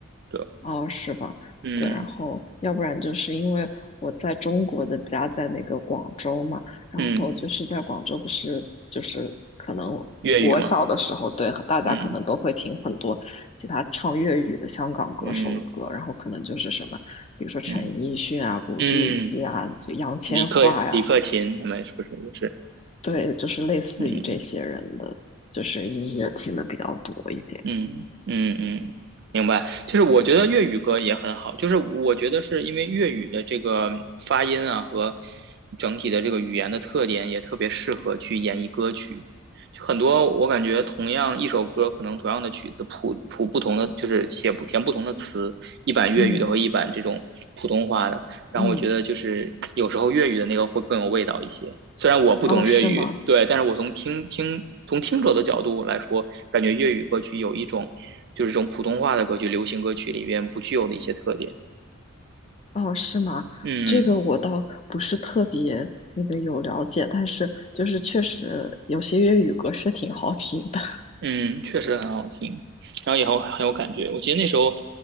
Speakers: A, on the right; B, on the left.
A: 对，
B: 哦，是吧？
A: 嗯
B: 对，然后要不然就是因为我在中国的家在那个广州嘛，然后就是在广州不是就是可能我小的时候，
A: 嗯，粤语嘛，
B: 对，大家可能都会听很多其他唱粤语的香港歌手的歌，
A: 嗯嗯
B: 然后可能就是什么，比如说陈奕迅啊、
A: 嗯
B: 古巨基啊、
A: 嗯，
B: 就杨千嬅呀、
A: 李克李克勤他们是不是也是？
B: 对，就是类似于这些人的，
A: 嗯。
B: 就是音乐听的比较多一点。
A: 嗯嗯嗯，明白。就是我觉得粤语歌也很好，就是我觉得是因为粤语的这个发音啊和整体的这个语言的特点，也特别适合去演绎歌曲。就很多我感觉同样一首歌，可能同样的曲子谱谱不同的，就是写不填不同的词，一版粤语的和一版这种普通话的。
B: 嗯
A: 然后我觉得就是有时候粤语的那个会更有味道一些。
B: 嗯，
A: 虽然我不懂粤语，
B: 哦，是吗？
A: 对，但是我从听听从听者的角度来说，感觉粤语歌曲有一种就是这种普通话的歌曲、流行歌曲里边不具有的一些特点。
B: 哦，是吗？
A: 嗯
B: 这个我倒不是特别那个有了解，但是就是确实有些粤语歌是挺好听的。
A: 嗯，确实很好听，然后也很很有感觉。我记得那时候